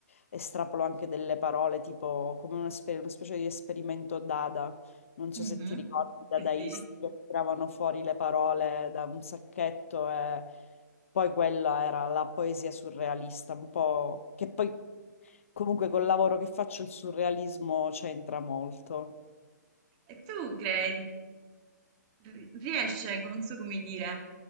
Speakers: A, on the left (about 45°); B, on the right (about 20°).
A: estrapolo anche delle parole, tipo come una, spe- una specie di esperimento Dada. Non so
B: Mhm.
A: se ti ricordi, i dadaisti
B: Sì, sì.
A: che tiravano fuori le parole da un sacchetto e poi quella era la poesia surrealista, un po' che poi comunque col lavoro che faccio il surrealismo c'entra molto.
B: E tu crei, ri- riesce, non so come dire,